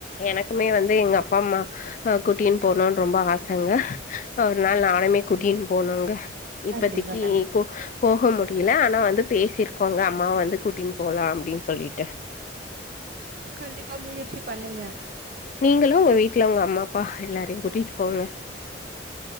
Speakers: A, on the left; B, on the right.
A: எனக்குமே வந்து எங்க அப்பா அம்மா ஆஹ் கூட்டின் போனுன் ரொம்ப ஆசங்க ஒரு நாள் நானுமே கூட்டின் போனுங்க இப்பதைக்கு
B: கண்டிப்பா, கண்டிப்பா.
A: கொ போக மு டியல ஆனா வந்து பேசிருக்கோங்க அம்மாவ வந்து கூட்டின் போலா அப்டின் சொல்லிட்டு
B: கண்டிப்பா முயற்சி பண்ணுங்க
A: ங்களு ஒங்க வீட்ல ஒங்க அம்மாப்பா எல்லாரையு கூட்டிட்டு போங்க